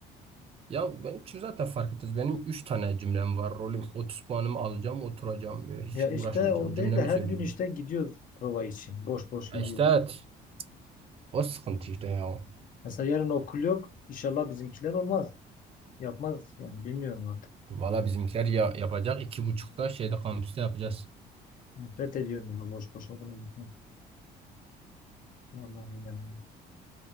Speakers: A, on the right; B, on the left.
A: ya ben şu zaten fark ettiniz. Benim 3 tane cümlem var. Rolüm 30 puanımı alacağım, oturacağım böyle hiç
B: Ya
A: uğraşmayacağım.
B: işte o
A: Cümlemi
B: değil de her
A: söyleyeyim.
B: gün işte gidiyoruz prova için. Boş boş gidiyoruz.
A: E İşte evet. O sıkıntı işte ya.
B: Mesela yarın okul yok. İnşallah bizimkiler olmaz. Yapmaz yani bilmiyorum artık.
A: Valla bizimkiler ya yapacak iki buçukta şeyde kampüste yapacağız.
B: Nefret ediyorum ya boş boş okula gitmekten. Vallahi yani.